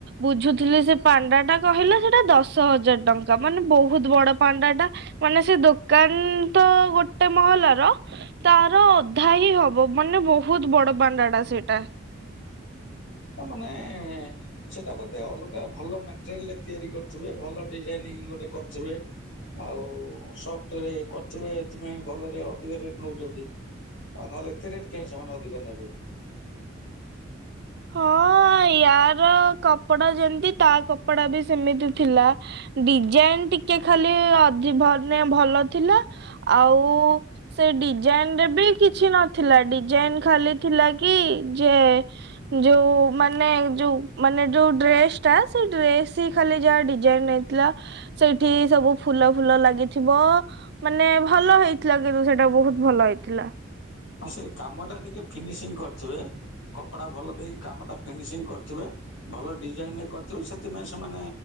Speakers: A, on the right; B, on the left.
A: ବୁଝୁଥିଲି ସେ ପାଣ୍ଡା ଟା କହିଲା ସେଟା ଦଶ ହଜାର ଟଙ୍କା ମାନେ ବହୁତ ବଡ ପାଣ୍ଡା ଟା। ମାନେ ସେ ଦୋକାନ ତ ଗୋଟେ ମହଲାର ତାର ଅଧା ହିଁ ହବ ମାନେ ବହୁତ ବଡ ପାଣ୍ଡା ଟା ସେଇଟା।
B: ତ ମାନେ ସେଟା ବୋଧେ ଅଲଗା ଭଲ ମଟେରିଲରେ ତିଆରି କରିଥିବେ ଭଲ ଡିଜାଇନିଂ ଗୋଟେ କରିଥିବେ। ଆଉ ସଫ୍ଟ ରେ କରୁଥିବେ ଏଥିପାଇଁ ଭଲରେ ଅଧିକ ରେଟ୍‌ ନଉଚନ୍ତି। ଆଉ ନହେଲେ ଏତେ ରେଟ୍ କାହିଁ ସେମାନେ ଅଧିକ ନେବେ।
A: ହଁ ୟାର କପଡା ଯେମିତି ତା କପଡା ବି ସେମିତି ଥିଲା। ଡିଜାଇନ ଟିକେ ଖାଲି ଅଧି ମାନେ ଭଲ ଥିଲା ଆଉ ସେ ଡିଜାଇନ ରେ ବି କିଛି ନଥିଲା ଡିଜାଇନ ଖାଲି ଥିଲା କି ଯେ ଯୋଉ ମାନେ ଯୋଉ ମାନେ ଯୋଉ ଡ୍ରେସ ଟା ସେ ଡ୍ରେସ ହି ଖାଲି ଯାହା ଡିଜାଇନ ଥିଲା ସେଇଠି ସବୁ ଫୁଲ ଫୁଲ ଲାଗିଥିବ ମାନେ ଭଲ ହେଇଥିଲା କିନ୍ତୁ ସେଟା ବହୁତ ଭଲ ହେଇଥିଲା।
B: ହଁ ସେ କାମ ଟା ଟିକେ ଫିନିସିଂ କରିଚଜେ। କପଡା ଭଲ ଦେଇକି କାମଟା ଫିନିସିଂ କରିଥିବେ ଭଲ ଡିଜାଇନ କରିଥିବେ ସେଥିପାଇଁ ସେମାନେ